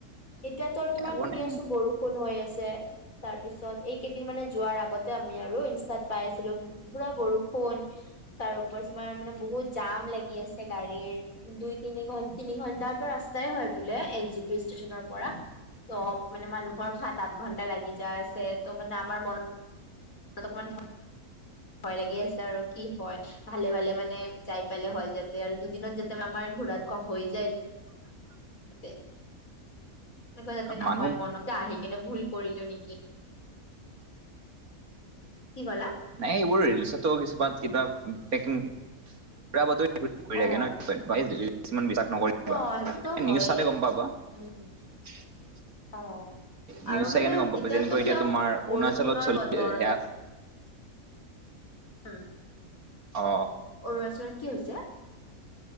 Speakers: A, on the left (about 65°); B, on the right (about 75°).
A: এতিয়াতো আৰু তোমাৰ
B: আকৌ
A: শুনি
B: নে
A: আছো বৰষুণো হৈ আছে তাৰ পিছত এইকেইদিন মানে যোৱাৰ আগত আমি আৰু ইনষ্টাত পাই আছিলো পুৰা বৰষুণ তাৰ ওপৰত তোমাৰ মানে বহুত জাম ভিৰ লাগি আছে গাড়ীৰ দুই তিনিঘণ্টা টো ৰাস্তাই হয় বোলে এনে জি পি ষ্টেচনৰ পৰা পৰা। তো মানে মানুহৰ সাত-আঠ ঘন্টা লাগি যাই আছে, তো মানে আমাৰ মন তাত অকমান ভয় লাগি আছে আৰু কি হয়, ভালে - ভালে মানে যাই পালে হ'ল যাতে, আৰু দুদিনত যাতে আমাৰ আৰ ঘুৰাটো কম হৈ যায়।
B: অ
A: এতে। এনেকুৱা যাতে নহয়,
B: মানুহ
A: মনতে আহি কেনে ভুল কৰিলো নেকি? কি ক'লা?
B: নাই, এইবোৰ ৰিলিচতো কিছুমান কিবা বেকিং- উৰাবাতৰি এইবোৰ ঘূৰি
A: অ'।
B: থাকে ন' <unintelligible> কিছুমান বিশাস নকৰিবা।
A: সেইটো অ সেইটো হয়ে
B: নিউজ চালে গম পাবা।
A: উম - উম।
B: <unintelligible>
A: অ'।
B: নিউজ
A: আৰু
B: চাইকেনে
A: মানে
B: গম পাবা,
A: এতিয়াতো
B: যেনেকৈ
A: মানে
B: এতিয়া তোমাৰ অৰুণাচলত
A: বৰষুণৰ
B: চলি
A: বতৰ
B: সেয়া
A: উম,
B: অ
A: অৰুণাচলত কি হৈছে?